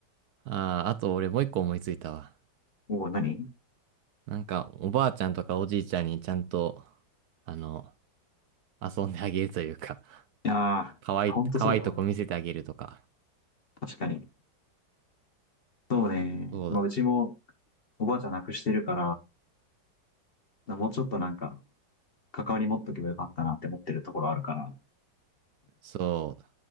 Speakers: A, on the right; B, on the left.
A: う。ああ、あと俺もう一個思いついたわ。
B: おお、何い
A: なんか、おばあちゃんとかおじいちゃんにちゃんと、あの、遊んであげるというか、
B: やー、
A: <laughs> 可愛い、
B: ほんとそうだわ。
A: 可愛いとこ見せてあげるとか。
B: 確かに。そうね。
A: そうだ。
B: まあうちもおばあちゃん亡くしてるから、もうちょっとなんか関わり持っとけばよかったなって思ってるところあるから。
A: そう。